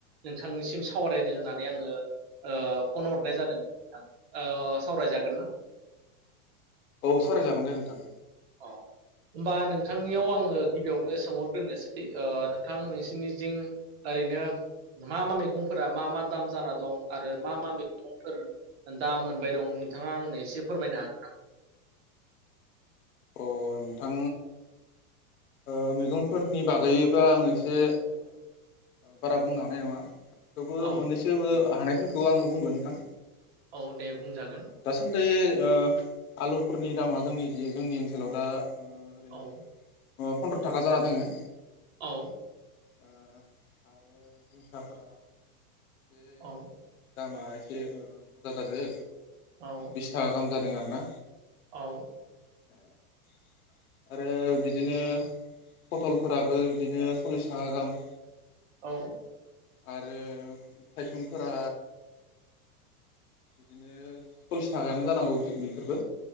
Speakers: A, on the right; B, on the left.
A: नोंथांनिसिम सावरायनो होननानै आङो ओ फन हरनाय जादों नोंथां ओ सावरायजागोन ना?
B: औ सरायजागोन दे नोंथां
A: अ होमबा नोंथांनियाव आङो गिबियावनो सोंहरग्रोनोसै ओ नोंथां नोंसोरनि थिं ओरैनो मा मा मैगंफोरा मा मा दाम जाना दं आरो मा मा मैगंफोर दाम मोनबाय दं नोंथाङा आंनो एसे फोरमायनो हागोन नामा?
B: अ नोंथां ओ मैगंफोरनि बागैबा आङो एसे बारा बुंनो हानाय नङा थेवबो
A: औ
B: मोननैसोबो हानाय मुंखौ आं बुंगोन नोंथां
A: औ दे बुंजागोन
B: दासान्दि ओ आलुफोरनि दामा जोंनि जोंनि ओनसोलाव दा ओ ओरैनो
A: औ
B: फन्द्र थाखा जाना दोङो
A: औ
B: ओ आरो जिंखाफोरा ए
A: औ
B: दामा एसे बुरजा जादों
A: औ
B: बिस थाखा गाहाम जादों आ ना
A: औ
B: <inaudible> आरो बिदिनो पथलफोराबो बिदिनो सल्लिस थाखा गाहाम
A: औ
B: आरो थाइसंफोरा बिदिनो सल्लिस थाखायानो जानांगौ
A: औ
B: खि बेफोरबो